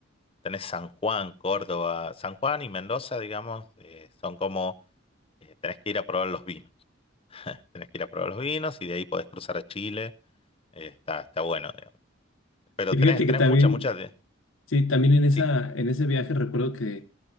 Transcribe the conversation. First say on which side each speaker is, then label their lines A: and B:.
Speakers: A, on the left; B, on the left.
A: tenés San Juan, Córdoba. San Juan y Mendoza, digamos, eh, son como, eh, tenés que ir a probar los vinos. Tenés que ir a probar los vinos y de ahí podés cruzar a Chile. Eh, está, está bueno, digamos. Pero
B: Y
A: tenés,
B: fíjate
A: tenés
B: que también,
A: mucha, mucha de...
B: sí, también en esa,
A: Sí,
B: en ese viaje recuerdo que